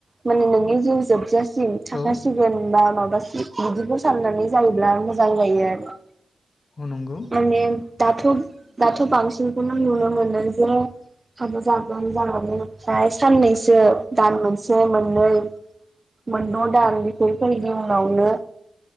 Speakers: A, on the right; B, on the left.
A: माने नोंनि जिउ जोबजासि सिम थाखासिगोन
B: औ
A: बा माब ब्लासि बिदिखौ साननानै जायोब्ला मोजां जायो आरो
B: औ नंगौ
A: माने दाथ' दाथ' बांसिन खौनो नुनो मोनो। जे हाबा जा <unintelligible> ओमफ्राय साननैसो दान मोनसे मोन मोननै मोनद' दान बेफोरफोरनि उनावनो